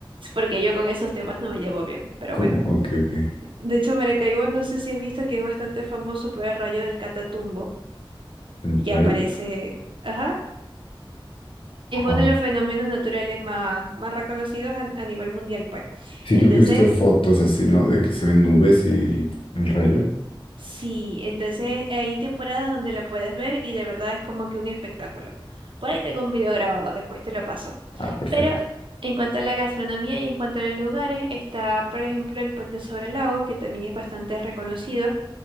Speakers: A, on the right; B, on the left.
A: Porque yo con esos temas no me llevo bien, pero
B: ¿Cómo?
A: bueno.
B: Ok, ok.
A: De hecho, Maracaibo no sé si has visto que es bastante famoso por el rayo del Catatumbo,
B: El
A: que
B: rayo.
A: aparece... Ajá. Es
B: Ajá.
A: uno de los fenómenos naturales más, más reconocidos a, a nivel mundial, pues.
B: Sí,
A: Entonces,
B: creo que he visto fotos así, ¿no? De que se ven nubes y el rayo.
A: Sí, entonces hay temporadas donde lo puedes ver y de verdad es como que un espectáculo. Por ahí tengo un video grabado, después te lo paso.
B: Ah, perfecto.
A: Pero en cuanto a la gastronomía y en cuanto a los lugares, está, por ejemplo, el Puente sobre el Lago, que también es bastante reconocido.